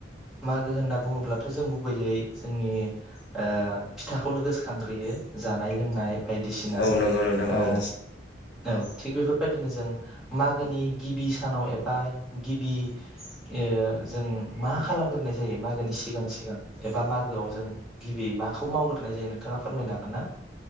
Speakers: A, in the centre; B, on the left.
A: मागो होनना बुङोब्लाथ' जों गुबैयै जोंनि ओ फिथाखौनो गोसखांग्रोयो जानाय लोंनाय बायदिसिना
B: औ नंगौ नोंथां
A: ओ
B: औ
A: औ थिग बेफोर बायदिनो जों मागोनि गिबि सानाव एबा गिबि ओ जों मा खालामग्रोनाय जायो मागोनि सिगां सिगां एबा मागोआव जों गिबि माखौ मावग्रोनाय जायो नोंथाङा फोरमायनो हागोन ना